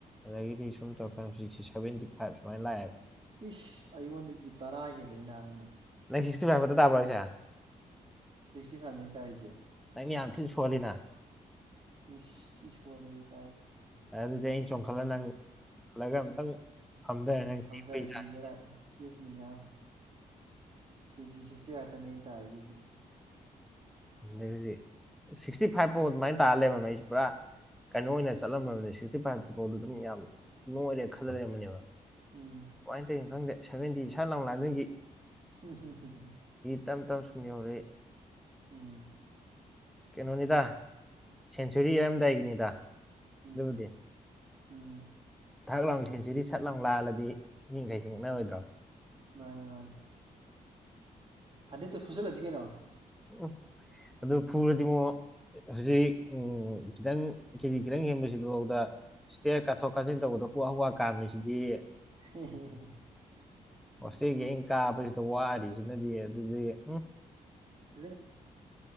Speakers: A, in the centre; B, on the right.
A: ꯑꯗꯒꯤꯗꯤ ꯁꯨꯝ ꯇꯧꯔꯀꯥꯟꯗ ꯍꯧꯖꯤꯛꯁꯤ ꯁꯕꯦꯟꯇꯤ ꯐꯥꯏꯚ ꯁꯨꯃꯥꯏꯅ ꯂꯛꯑꯦꯕ
B: ꯏꯁ ꯑꯩꯉꯣꯟꯗꯒꯤ ꯇꯔꯥ ꯍꯦꯜꯂꯦꯅ ꯅꯪꯅ
A: ꯅꯪ ꯁꯤꯁꯇꯤ ꯐꯥꯏꯚ ꯈꯇꯥ ꯇꯕ꯭ꯔꯣ ꯍꯥꯏꯁꯦ
B: ꯁꯤꯛꯁꯇꯤ ꯐꯥꯏꯚ ꯅꯦ ꯏꯩ ꯇꯥꯏꯁꯦ
A: ꯅꯪ ꯌꯥꯝ ꯊꯤꯅ ꯁꯣꯜꯂꯤꯅ
B: ꯏꯤꯁ ꯊꯤ ꯁꯣꯜꯂꯦ ꯑꯩ ꯀꯥꯏ
A: ꯑꯗꯨꯗꯤ ꯑꯩꯅ ꯆꯣꯡꯈꯠꯂ ꯅꯪ ꯈꯠꯂꯒ ꯑꯝꯇꯪ ꯐꯝꯊꯔ
B: ꯎꯝ
A: ꯅꯪ
B: ꯐꯝꯗꯔꯗꯤ
A: ꯇꯦꯛꯄꯩ ꯆꯥꯡ
B: ꯕꯦꯔꯥ ꯇꯦꯛꯅꯤ ꯅꯥꯕ ꯀꯦꯖꯤ ꯁꯤꯛꯁꯇꯤ ꯐꯥꯏꯐꯇꯅꯦ ꯑꯩꯅꯥ ꯇꯥꯔꯤꯁꯦ ꯍꯧꯖꯤꯛ
A: ꯑꯗꯩ ꯍꯧꯖꯤꯛ ꯁꯤꯛꯁꯇꯤ ꯐꯥꯏꯐ ꯐꯥꯎ ꯑꯗꯨꯃꯥꯏꯅ ꯇꯥꯔ ꯂꯩꯔꯝꯃꯕꯅꯦ ꯑꯩꯁꯦ ꯄꯨꯔꯥ ꯀꯩꯅꯣ ꯑꯣꯏꯅ ꯆꯠꯂꯝꯃꯕꯅꯦ ꯁꯤꯛꯁꯇꯤ ꯐꯥꯏꯚꯇꯨ ꯐꯥꯎꯗ ꯑꯗꯨꯝ ꯌꯥꯝ ꯅꯣꯏꯔꯦ ꯈꯜꯂ ꯂꯩꯔꯝꯕꯅꯦꯕ
B: ꯍꯧꯖꯤꯛ ꯎꯝ
A: ꯀꯃꯥꯏꯅ ꯇꯧꯔꯤꯅꯣ ꯈꯪꯗꯦ ꯁꯦꯚꯦꯟꯇꯤ ꯁꯠ ꯂꯥꯎ ꯂꯥꯟꯖꯟꯒꯤ
B: ꯍꯨꯝꯍꯨꯝꯍꯨꯝ
A: ꯇꯝ ꯇꯝ ꯁꯨꯝ ꯌꯧꯔꯛꯑ
B: ꯎꯝ
A: ꯀꯩꯅꯣꯅꯤꯗ ꯁꯦꯟꯆꯨꯔꯤ ꯌꯩꯔꯝꯗꯥꯏꯒꯤꯅꯤꯗ ꯑꯗꯨꯕꯨꯗꯤ
B: ꯎꯝ ꯎꯝ
A: ꯊꯛ ꯂꯥꯎꯅ ꯁꯦꯟꯆꯨꯔꯤ ꯁꯠ ꯂꯥꯎ ꯂꯥꯜꯂꯗꯤ ꯃꯤꯈꯩꯁꯦ ꯉꯛꯅꯔꯣꯏꯗ꯭ꯔꯣ
B: ꯃꯥꯅꯦ ꯃꯥꯅꯦ ꯍꯟꯗꯔꯦꯠ ꯇꯨ ꯐꯨꯖꯟꯂꯁꯤ ꯀꯩꯅꯣ
A: ꯎ ꯑꯗꯨ ꯐꯨꯔꯗꯤ ꯉꯣ ꯑꯁꯤꯖꯤꯛ ꯎ ꯈꯤꯇꯪ ꯀꯦꯖꯤ ꯈꯤꯇꯪ ꯍꯦꯟꯕꯁꯤꯐꯥꯎꯗ ꯁꯇꯦꯌꯔ ꯀꯥꯊꯣꯛ ꯀꯥꯁꯤꯟ ꯇꯧꯕꯗ ꯍꯨꯋꯥ ꯍꯨꯋꯥ ꯀꯥꯝꯃꯤꯁꯤꯗꯤ
B: <unintelligible>
A: ꯍꯣꯁꯇꯦꯜꯒꯤ ꯑꯩꯅ ꯀꯥꯕꯁꯤꯗ ꯋꯥꯔꯤꯁꯤꯅꯗꯤ ꯑꯗꯨꯗꯤ ꯎꯝ
B: <unintelligible>